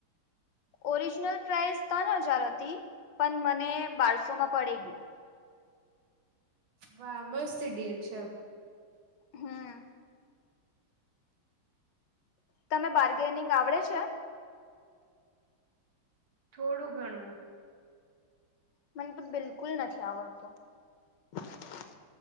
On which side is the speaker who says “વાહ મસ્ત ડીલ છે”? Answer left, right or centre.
Right